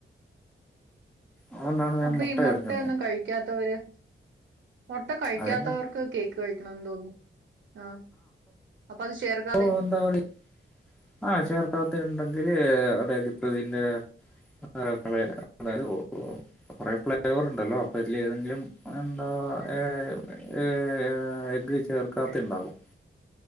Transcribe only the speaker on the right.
അപ്പൊ
ഈ മുട്ടയൊന്നും
കഴിക്കാത്തവര് മുട്ട കഴിക്കാത്തവർക്ക്
കേക്ക് കഴിക്കണന്ന് തോന്നുന്നു ആ അപ്പൊ അത് ചേർക്കാ